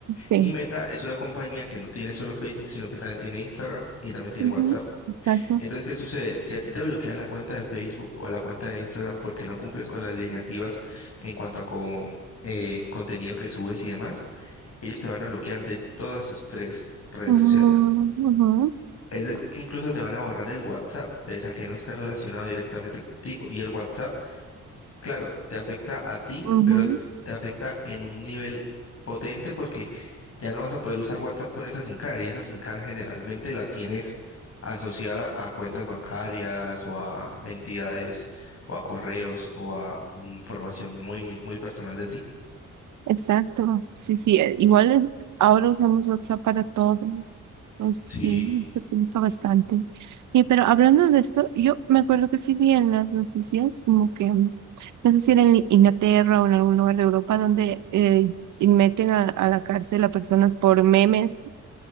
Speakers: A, on the right (about 80°); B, on the left (about 55°).
A: Sí,
B: Y Meta es una compañía que no tiene solo Facebook, sino que también tiene Instagram y también tiene
A: ujú,
B: WhatsApp.
A: exacto.
B: Entonces, ¿qué sucede? Si a ti te bloquean la cuenta de Facebook o la cuenta de Instagram porque no cumples con las lineativas en cuanto a con, eh, contenido que subes y demás, ellos te van a bloquear de todas sus tres redes
A: ujú,
B: sociales.
A: ujú,
B: Es decir, que incluso te van a borrar el WhatsApp, pese a que no esté relacionado directamente contigo. Y el WhatsApp Claro, te afecta a ti,
A: ujú,
B: pero te afecta en un nivel potente porque ya no vas a poder usar WhatsApp con esa SIM card y esa SIM card generalmente la tienes asociada a cuentas bancarias o a entidades o a correos o a mm, información muy, muy personal de ti.
A: Exacto. Sí, sí, eh, igual eh, ahora usamos WhatsApp para todo. Entonces,
B: Sí,
A: sí, me gusta bastante. Y, pero hablando de esto, yo me acuerdo que sí vi en las noticias, como que, mm, no sé si era en Inglaterra o en algún lugar de Europa, donde eh, y meten a, a la cárcel a personas por memes.